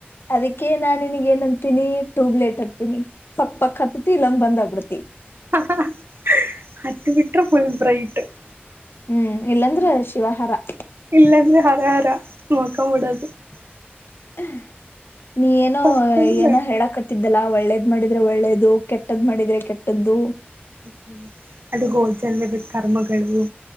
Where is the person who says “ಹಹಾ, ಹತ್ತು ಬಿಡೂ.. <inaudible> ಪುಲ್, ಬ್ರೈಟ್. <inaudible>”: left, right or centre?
Right